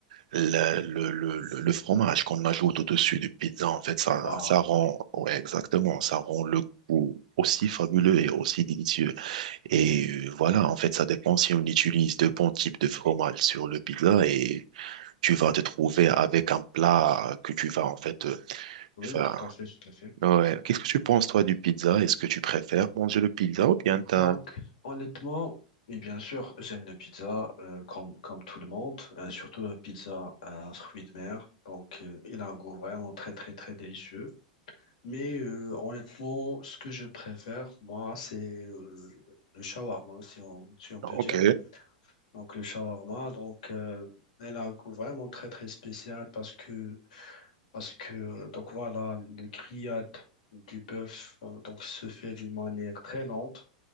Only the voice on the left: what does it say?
Ah,
oui.
Oui,
tout à fait, tout à fait.
Donc, honnêtement, et bien sûr, j'aime la pizza euh, comme, comme tout le monde, euh, surtout la pizza à fruits de mer. Donc, euh, il a un goût vraiment très, très, très délicieux. Mais euh, honnêtement, ce que je préfère, moi, c'est euh, le shawarma, si on, si on
peut dire. Donc, le shawarma, donc, euh, elle a un goût vraiment très, très spécial parce que Parce que, euh, donc voilà, le grillade du bœuf euh, donc se fait d'une manière très lente